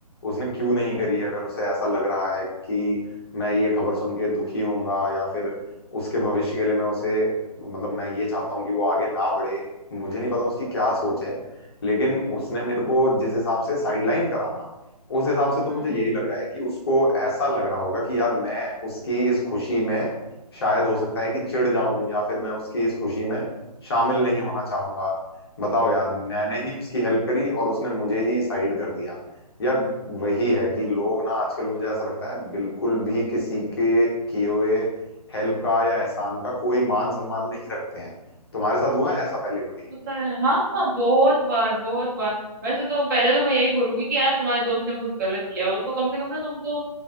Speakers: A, on the left (about 40°); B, on the right (about 30°).
A: उसने क्यों नहीं करी अगर उसे ऐसा लग रहा है कि मैं ये खबर सुन के दुखी होऊंगा या फिर उसके भविष्य के लिए मैं उसे मतलब मैं ये चाहता हूँ कि वो आगे ना बढ़े मुझे नहीं पता उसकी क्या सोच है लेकिन उसने मेरे को जिस हिसाब से साइडलाइन करा ना उस हिसाब से तो
B: हाँ,
A: मुझे
B: हाँ।
A: यही लग रहा है कि उसको ऐसा लग रहा होगा कि यार मैं उसकी इस खुशी में शायद हो सकता है कि चिढ़ जाऊं या फिर मैं उसकी इस खुशी में शामिल नहीं होना चाहूंगा बताओ यार मैंने ही उसकी हेल्प करी और उसने मुझे ही साइड कर दिया यार वही है कि लोग ना आजकल मुझे ऐसा लगता है बिल्कुल भी किसी के किए हुए हेल्प का या एहसान का कोई मान सम्मान नहीं रखते हैं तुम्हारे साथ हुआ है ऐसा पहले कभी
B: होता है हाँ हाँ बहुत बार बहुत बार वैसे तो पहले तो मैं यही बोलूंगी कि यार तुम्हारे दोस्त ने बहुत गलत किया उसको कम से कम ना तुमको